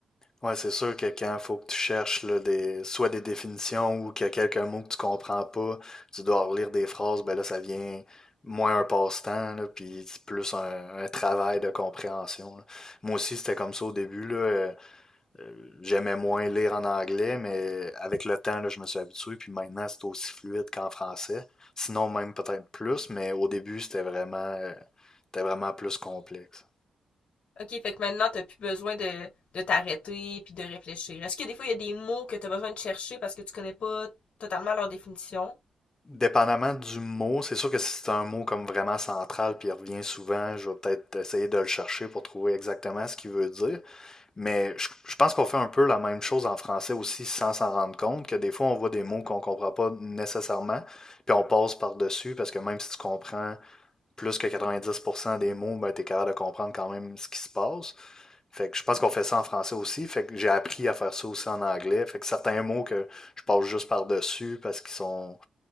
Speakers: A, on the left; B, on the left.
A: Ouais, c'est sûr que quand il faut que tu cherches là, des, soit des définitions ou qu'il y a quelques mots que tu comprends pas, tu dois relire des phrases, ben là, ça devient moins un passe-temps, là, puis c'est plus un, un travail de compréhension. là. Moi aussi, c'était comme ça au début, là, euh, euh, j'aimais moins lire en anglais, mais avec le temps, là, je me suis habitué, puis maintenant, c'est aussi fluide qu'en français. Sinon, même peut-être plus, mais au début, c'était vraiment, euh, c'était vraiment plus complexe.
B: Ok, fait que maintenant t'as plus besoin de, de t'arrêter puis de réfléchir. Est-ce que des fois il y a des mots que t'as besoin de chercher parce que tu connais pas totalement leur définition?
A: Dépendamment du mot, c'est sûr que si c'est un mot comme vraiment central puis il revient souvent, je vais peut-être essayer de le chercher pour trouver exactement ce qu'il veut dire. Mais je, je pense qu'on fait un peu la même chose en français aussi sans s'en rendre compte, que des fois on voit des mots qu'on comprend pas nécessairement, puis on passe par-dessus parce que même si tu comprends plus que 90% des mots, ben, tu es capable de comprendre quand même ce qui se passe. Fait que je pense qu'on fait ça en français aussi. Fait que j'ai appris à faire ça aussi en anglais. Fait que certains mots que je passe juste par-dessus parce qu'ils sont